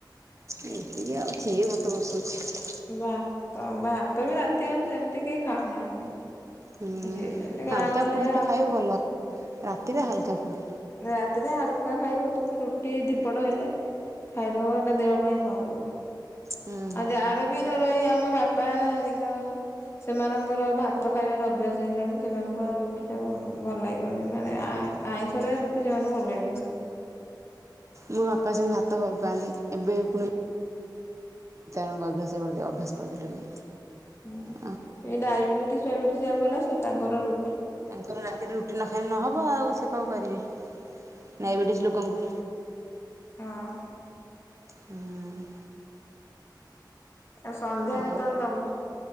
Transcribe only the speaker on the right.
ଏମିତି ଆଉ କିଏ ଭାତ ବସୋଉଛି।
ହୁଁ
ହାଲ୍
କା ଫୁଡ୍ ଯେତେ
ଖାଇବେ ଭଲ ରାତିରେ ହାଲ୍ କା ଫୁଡ୍।
ହୁଁ
ମୋ ବାପା ସେମିତି ଭାତ ଭଲ୍ ପାଆନ୍ତି ଏବେ ପୁଣି ତାଙ୍କ ଅଭ୍ୟାସ କରିଦିଅ ଅଭ୍ୟାସ କରିଦେଲେଣି।
ଆ
ତାଙ୍କର ରାତିରେ ରୁଟି ନ ଖାଇ ନେ ନହବ ଆଉ ସିଏ କଁ କରିବେ ଡାଇବେଟିସ୍ ଲୋକଙ୍କୁ।
ହୁଁ।
ଆଉ